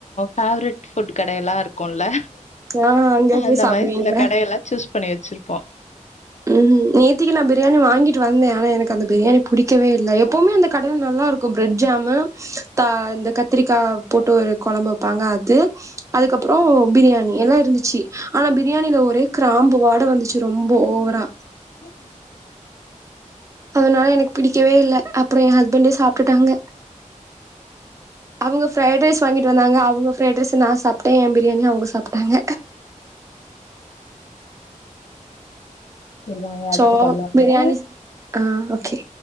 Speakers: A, on the left (about 60°); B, on the right (about 25°).
A: ஃபேவ்ரெட் ஃபுட் கடையெல்லா இருக்குல்ல
B: ஆ அங்க போய்
A: அந்த
B: சாப்டுவீங்களா
A: மாரி சில கடையெல்லா சூஸ் பண்ணி வெச்சிருப்போ
B: ம் நேத்திக்கி நா பிரியாணி வாங்கிட்டு வந்தே ஆனா எனக்கு அந்த பிரியாணி புடிக்கவே இல்ல எப்பவ்மே அந்த கடைல நல்லாருக் கு பிரெட் ஜாமு தா இந்த கத்திரிக்கா போட்டு ஒரு கொழம்பு வெப்பாங்க அது அதுக்கப்பறோ
A: ம்.
B: பிரியாணி எல்லா இருந்துச்சி ஆனா பிரியாணில ஒரே கிராம்பு வாட வந்துச்சு ரொம்ப ஓவரா
A: சேரிங்க
B: அதுனால எனக்கு பிடிக்கவே இல்ல அப்பறோ எ ஹஸ்பண்டே சாப்ட்டுட்டாங்க அவுங்க ஃப்ரைட் ரைஸ் வாங்கிட்டு வந்தாங்க அவுங்க ஃப்ரைட் ரைஸ நா சாப்ட்டே எம்பிரியாணிய அவுங்க சாப்ட்டாங்க
A: செரி வாங்க அடுத்த
B: சோ
A: கால் வாங்க
B: பிரியாணி ஆ ஓகே